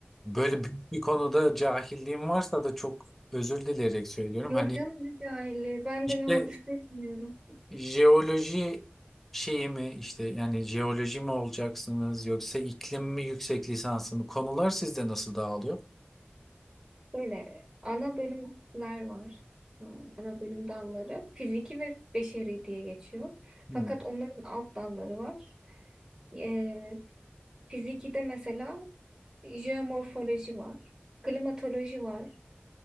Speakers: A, in the centre; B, on the right.
A: böyle büyük bir konuda cahilliğim varsa da çok özür dileyerek söylüyorum.
B: Yok
A: Hani
B: canım ne cahilliği. Ben
A: işte
B: de mühendislik bilmiyorum.
A: jeoloji şeyi mi işte yani jeoloji mi olacaksınız yoksa iklim mi yüksek lisansı mı? Konular sizde nasıl dağılıyor?
B: Böyle ana bölümler var. Ha, Ana bölüm dalları. Fiziki ve beşeri diye geçiyor.
A: Hmm.
B: Fakat onların alt dalları var. Ee, fizikide mesela jeomorfoloji var. Klimatoloji var.